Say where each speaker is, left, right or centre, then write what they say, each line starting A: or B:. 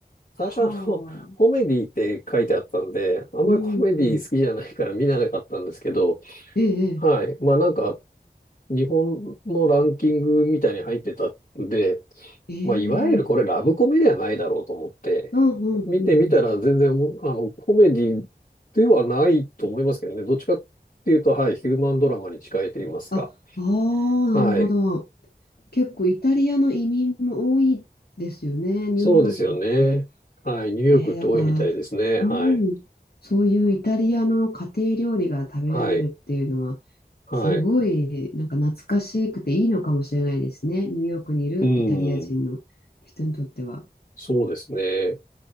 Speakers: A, on the left; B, on the left.
A: はあ。
B: 最初あの、<laughs> コメディって書いてあったんで、あんまりコメディ好きじゃないから見なかったんですけど、
A: うん。うんええ、
B: はい。まあなんか、日本のランキングみたいに入ってたんで、
A: え
B: まあ、いわゆるこれラブコメではないだろうと思って、
A: え、ええうんうんうんうん。
B: 見てみたら全然おも、あの、コメディではないと思いますけどね。どっちかっていうと、はい、ヒューマンドラマに近いと言いますか。
A: あ、ああ、
B: はい。
A: なるほど。結構イタリアの移民も多いですよね、ニューヨークって。
B: そうですよね。はい。ニューヨークって多いみたいですね。
A: ええ、だから、
B: はい。
A: うん、そういうイタリアの家庭料理が食べられるっていうのは、
B: はい。はい。
A: すごい、なんか懐かしくていいのかもしれないですね、ニューヨークにいるイタリア人の人にとっては。
B: うん。そうですね。